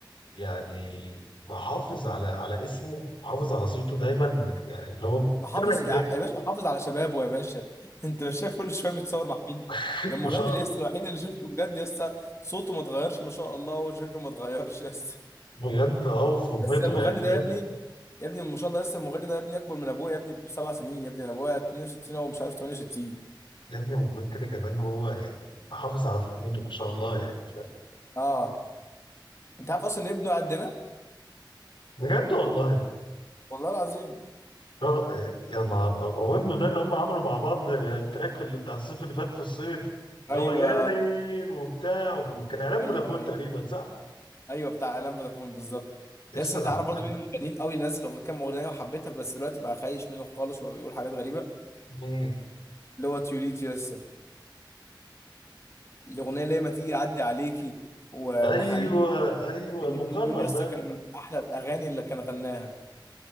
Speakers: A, on the left; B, on the left.
A: يعني محافظ على على اسمه محافظ على صيته دايما بت- يعني اللي هو
B: محافظ
A: متابع الترند
B: يا يا باشا محافظ على شبابه يا باشا <laughs> انت مش شايف كل شويه بيتصور مع مين
A: <laughs>
B: ده المغني
A: ما شاء الله
B: لسه الوحيد اللي شفته بجد لسه صوته ما اتغيرش ما شاء الله وشكله ما اتغيرش لسه
A: بجد اه وفورمته
B: لسه المغني
A: يعني فاهم
B: ده يا ابني يا ابني ما شاء الله لسه المغني ده يا ابني اكبر من ابويا يا ابني بسبع سنين يا ابني أنا ابويا 62 هو مش عارف 68
A: يا ابني وغير كده كمان هو يعني محافظ على فورمته ما شاء الله يعني فاهم
B: اه انت عارف اصلا ان ابنه قدنا
A: بجد والله
B: والله العظيم
A: رغ- يا نهار أب- هو ابنه ده اللي هم عملوا مع بعض التراك اللي بتاع الصيف اللي فات في الصيف اللي
B: ايوه
A: هو يا ليل وبتاع وكان اعلان
B: ايوه
A: فودافون
B: ايوه
A: تقريبا صح؟
B: ايوه بتاع اعلان فودافون بالظبط
A: يسطا
B: يس انت
A: العم-
B: عارف برضو مين المغنيين قوي اللي نزل أغ- كام اغنيه وحبيتها بس دلوقتي بقى خايش منه خالص وبقى بيقول حاجات غريبه
A: مين
B: اللي هو تيوليت يسا الاغنيه اللي هي ما تيجي اعدي عليكي و-
A: ايوه
B: وحبيبي
A: ايوه المقنع
B: الاتنين دول يسا
A: ده
B: كانوا من احلى الاغاني اللي كان غناها